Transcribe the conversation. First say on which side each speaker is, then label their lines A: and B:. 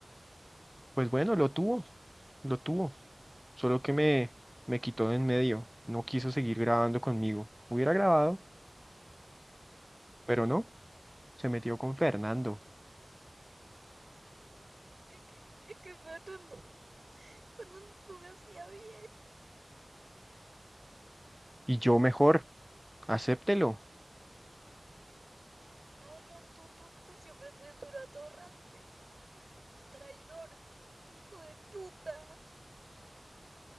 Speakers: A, in the centre; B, on the right.
A: Pues bueno, lo tuvo, lo tuvo. Solo que me, me quitó de en medio. No quiso seguir grabando conmigo. Hubiera grabado, pero no. Se metió con Fernando.
B: Es que, es que Fernando, Fernando me hacía bien.
A: Y yo mejor, acéptelo.
B: No, no, tú, tú, tú siempre fuiste un atorrante, un traidor, un hijo de puta.